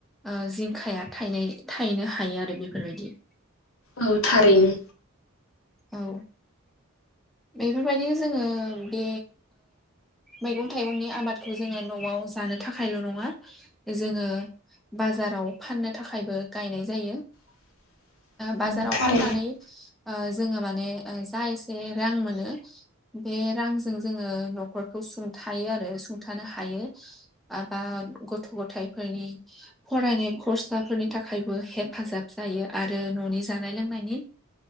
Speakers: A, in the centre; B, on the left (about 70°).
A: ओ जिंखाया थ थायनो हायो आरो बेफोरबायदि
B: औ थारैनो।
A: औ बेफोरबायदिनो जोङो बे मैगं थाइगंनि आबादखौ जोङो न'आव। जानो थाखायल' नङा जोङो। बाजाराव फाननो थाखायबो गायनाय जायो।
B: <inaudible>
A: बाजाराव
B: थारैनो
A: फाननानै जोङो माने जा एसे। रां मोनो बे रांजों जोङो न'खरखौ सुंथायो आरो सुंथानो हायो। माबा गथ' गथायाइफोरनि फरायनाय खरसाफोरनि थाखायबो हेथ हेफाजाब जायो आरो न'नि जानाय लोंनायनि